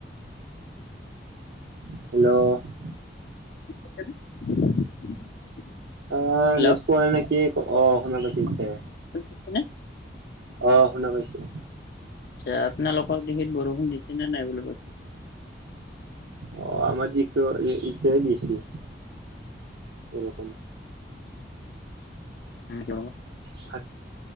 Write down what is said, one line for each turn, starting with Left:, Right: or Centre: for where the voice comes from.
Right: হেল্ল',
Left: <unintelligible>
Right: অ
Left: হেল্ল'
Right: নেট পোৱা নাই নে কি অ শুনা পাইছো,
Left: শুনিছেনে
Right: অ শুনা পাইছো।
Left: এতিয়া আপোনালোকৰ দিখে বৰষুণ দিছে নে নাই বুলি কৈছো।
Right: অ আমাৰ দি ইতিয়ে দিছে বৰষুণ।
Left: উম ক,
Right: ভাত